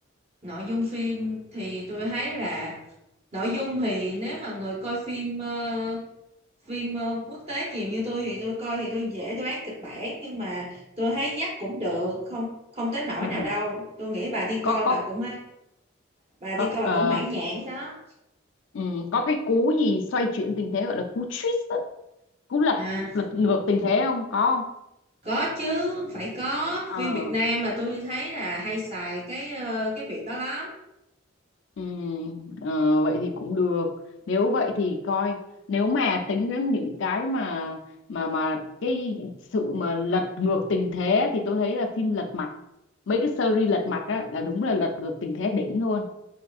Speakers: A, on the right; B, on the left.
A: nội dung phim thì tôi thấy là nội dung thì nếu mà người coi phim ờ, phim ờ, quốc tế nhiều như tôi thì tôi coi thì tôi dễ đoán kịch bản nhưng mà tôi thấy dắt cũng được, không không tới nỗi
B: <laughs>
A: nào đâu. Tôi nghĩ bà đi coi
B: có
A: bà
B: có
A: cũng bà
B: có
A: đi coi bà
B: ờ,
A: cũng mãn nhãn đó.
B: ừ, có cái cú gì xoay chuyển tình thế gọi là cú twist á cú lật
A: À.
B: lật ngược tình thế không có không
A: Có chứ, phải có.
B: ờ
A: Phim Việt Nam là tôi thấy là hay xài cái ờ, cái việc đó lắm.
B: Ừ, ờ, vậy thì cũng được nếu vậy thì coi nếu mà tính đến những cái mà mà mà cái sự mà lật ngược tình thế thì tôi thấy là phim lật mặt mấy cái series lật mặt á là đúng là lật ngược tình thế đỉnh luôn